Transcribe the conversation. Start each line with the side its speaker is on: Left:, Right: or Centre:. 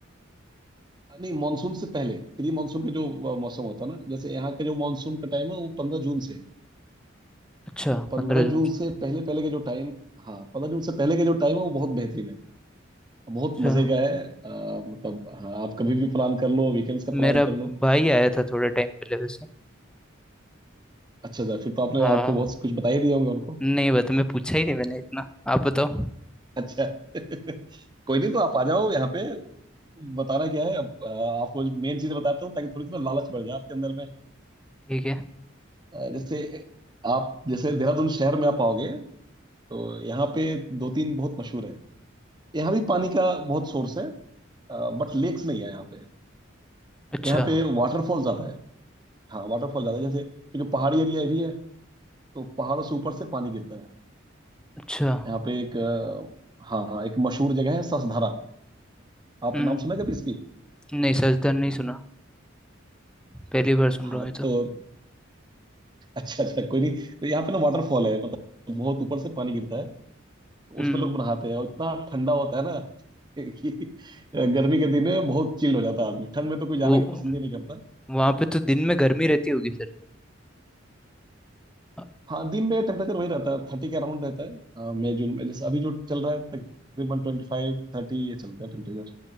Right: नहीं मॉनसून से पहले प्री मॉनसून का जो अ, मौसम होता है ना जैसे यहाँ के जो मॉनसून का टाइम है वो पंद्रह जून से है
Centre: अच्छा
Right: तो पंद्रह
Centre: पंद्रह जून
Right: जून
Centre: से
Right: से पहले पहले के जो टाइम हाँ पंद्रह जून से पहले के जो टाइम है वो बहुत बेहतरीन है बहुत
Centre: अच्छा
Right: मजे का है अ, मतलब हाँ आप कभी भी प्लान कर लो वीकेंड्स का प्लान
Centre: मेरा
Right: कर लो
Centre: भाई आया था थोड़े टाइम पहले वैसे
Right: अच्छा अच्छा फिर तो आपने
Centre: हाँ
Right: आपको बहुत कुछ बता ही दिया होगा उनको
Centre: नहीं बता मैं पूछा ही नहीं मैंने इतना आप बताओ
Right: अच्छा <laughs> कोई नहीं तो आप आ जाओ यहाँ पे बताना क्या है अब, अ, आपको मेन चीज बताता हूँ ताकि थोड़ी थोड़ा लालच बढ़ जाए आपके अंदर में
Centre: ठीक है
Right: अ, जैसे आप जैसे देहरादून शहर में आप आओगे तो यहाँ पे दो तीन बहुत मशहूर है यहाँ भी पानी का बहुत सोर्स है बट लेक्स नहीं है यहाँ पे
Centre: अच्छा
Right: यहाँ पे वाटरफॉल ज्यादा है हाँ वाटरफॉल ज्यादा है जैसे क्योंकि पहाड़ी एरिया भी है तो पहाड़ों से ऊपर से पानी गिरता है
Centre: अच्छा
Right: यहाँ पे एक अ, हाँ हाँ एक मशहूर जगह है ससधारा आपने
Centre: हम्म
Right: नाम सुना है कभी इसकी
Centre: नहीं सजदर नहीं सुना पहली बार सुन
Right: हाँ
Centre: रहा हूँ ये तो
Right: तो अच्छा अच्छा कोई नहीं तो यहाँ पे ना वाटरफॉल है मतलब बहुत ऊपर से पानी गिरता है तो
Centre: हम्म
Right: उसमें लोग नहाते हैं और इतना ठंडा होता है ना कि <laughs> गर्मी के दिन में बहुत चिल्ड हो जाता है आदमी ठंड में तो कोई जाने
Centre: वो
Right: के पसंद ही नहीं करता
Centre: वहाँ पे तो दिन में गर्मी रहती होगी फिर अ,
Right: हाँ दिन में टेम्परेचर वही रहता है थर्टी के अराउंड रहता है हाँ, मई जून में जैसे अभी जो चल रहा है तकरीबन ट्वेंटी फाइव थर्टी ये चलता है टेम्परेचर